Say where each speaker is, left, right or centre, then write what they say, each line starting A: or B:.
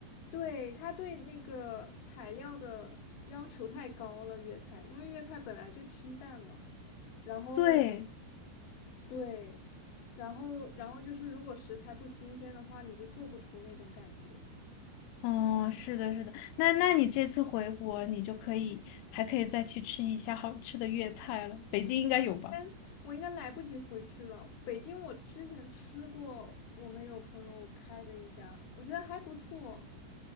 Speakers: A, on the left; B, on the left.
A: 对，他对那个材料的要求太高了，粤菜，因为粤菜本来就清淡嘛。然后
B: 对，
A: 对，然后然后就是如果食材不新鲜的话，你就做不出那种感觉。
B: 嗯，是的，是的。那那你这次回国，你就可以还可以再去吃一下好吃的粤菜了，北京应该有吧？
A: 但我应该来不及回去了。北京我之前吃过，我们有朋友开的一家，我觉得还不错，